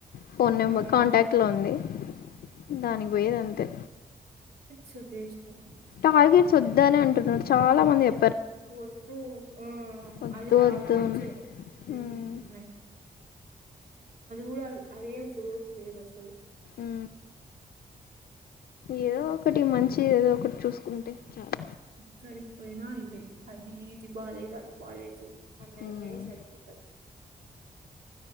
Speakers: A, on the left; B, on the right.
A: ఫోన్
B: ఉమ్
A: నెంబర్ కాంటాక్ట్ లో ఉంది దానికి పోయేది అంతే
B: సుభ ఎస్తె
A: టార్గెట్స్ వద్దనే అంటున్నారు చాలా మంది ఎ
B: వద్దు ఆ
A: వద్దు
B: అది టార్గెట్సే
A: వద్దు అని హ్మ్,
B: అది కూడా కూడా అది అదే గ్రోతు లేదసలు
A: ఉ ఏదో ఒకటి మంచిగ ఏదో ఒకటి చూసుకుంటే చాలా
B: ఇక్కడి పోయినా ఇది అది ఇది బాలేదు అది బాలేదు ఉన్నాయి
A: హ్మ్.
B: ఇదే సరిపోతది